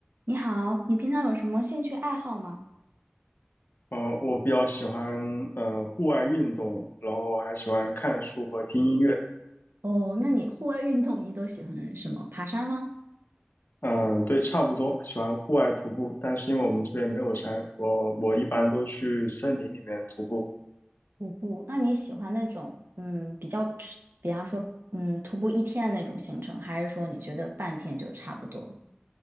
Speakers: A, on the right; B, on the left.
A: 你好，你平常有什么兴趣爱好吗？
B: 呃，我比较喜欢呃户外运动，然后还喜欢看书和听音乐。
A: 哦，那你户外运动你都喜欢什么？爬山吗？
B: 嗯，对，差不多，喜欢户外徒步，但是因为我们这边没有山，我我一般都去森林里面徒步。
A: 徒步，那你喜欢那种嗯比较吃比方说嗯徒步一天的那种行程，还是说你觉得半天就差不多？